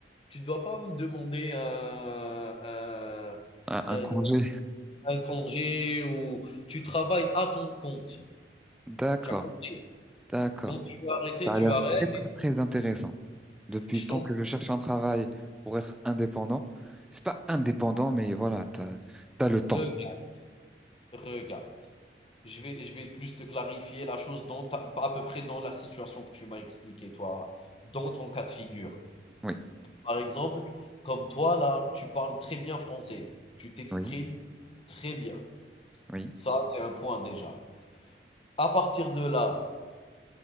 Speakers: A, on the left; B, in the centre.
A: tu ne dois pas me demander un, un-
B: Un, un
A: un-
B: congé.
A: un congé ou tu travailles à ton compte.
B: D'accord.
A: Tu as compris.
B: D'accord.
A: Quand tu veux arrêter,
B: Ça
A: tu
B: a l'air
A: arrêtes.
B: très, très, très intéressant. Depuis
A: Je
B: le temps
A: t'en
B: que je cherche un travail pour être indépendant, c'est pas indépendant, mais voilà, t'as, t'as le
A: regarde.
B: temps.
A: Regarde. Je vais, je vais plus te clarifier la chose dans ta- à peu près dans la situation que tu m'as expliqué, toi, dans ton cas de figure.
B: Oui.
A: Par exemple, comme toi là, tu parles très bien français, tu t'exprimes
B: Oui.
A: très bien.
B: Oui.
A: Ça, c'est un point déjà. À partir de là,